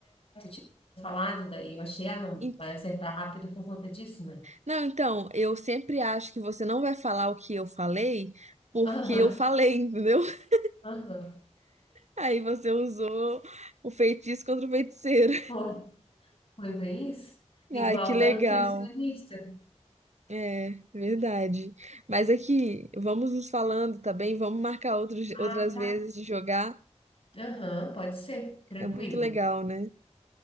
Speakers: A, on the left; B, on the right.
A: tu tinha falado, daí eu achei, ah, não,
B: En-
A: vai acertar rápido por conta disso, né?
B: Não, então, eu sempre acho que você não vai falar o que eu falei, porque
A: Aham,
B: eu falei, entendeu? <laughs>
A: aham.
B: Aí você usou o feitiço contra o feiticeiro.
A: Foi. Foi bem isso? Igual
B: Ai, que legal.
A: da Tá. nutricionista.
B: É, verdade. Mas aqui, vamos nos falando, tá bem? Vamos marcar outros, outras
A: Ah, tá.
B: vezes de jogar.
A: Aham, pode ser. Tranquilo.
B: É muito legal, né?